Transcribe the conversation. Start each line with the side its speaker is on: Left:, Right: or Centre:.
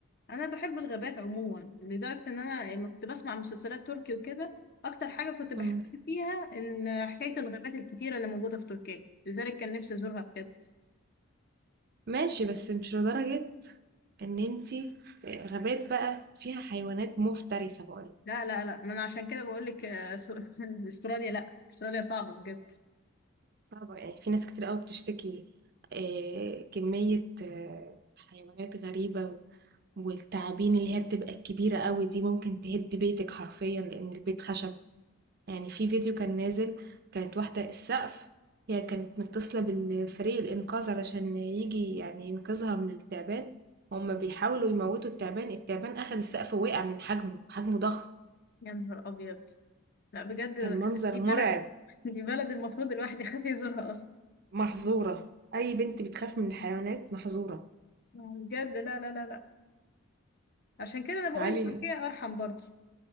Left: انا بحب الغابات عموما لدرجه ان انا لما كنت بسمع مسلسلات تركي وكده اكتر حاجه كنت
Right: مم.
Left: بحبها فيها ان حكايه الغابات الكتيره اللي موجوده في تركيا لذلك كان نفسي ازورها بجد
Right: ماشي بس مش لدرجة ان انتي آه، غابات بقى فيها حيوانات مفترسة بقولك
Left: لا لا لا ما انا عشان كده بقول لك آه، س- <laughs> استراليا لا استراليا صعبه بجد
Right: صعبة يعني في ناس كتير قوي بتشتكي آه، كمية آه، حيوانات غريبة والتعابين اللي هي بتبقى الكبيرة قوي دي ممكن تهد بيتك حرفيا لأن البيت خشب يعني في فيديو كان نازل كانت واحدة السقف هي كانت متصلة بالفريق الإنقاذ علشان يجي يعني ينقذها من التعبان هما بيحاولوا يموتوا التعبان التعبان أخد السقف ووقع من حجمه حجمه ضخم
Left: يا نهار ابيض لا بجد
Right: كان منظر
Left: دي
Right: مرعب
Left: بلد دي بلد المفروض الواحد يخاف يزورها اصلا
Right: محظورة أي بنت بتخاف من الحيوانات محظورة
Left: بجد لا لا لا لا عشان كده انا بقول
Right: تعالي
Left: تركيا ارحم برضه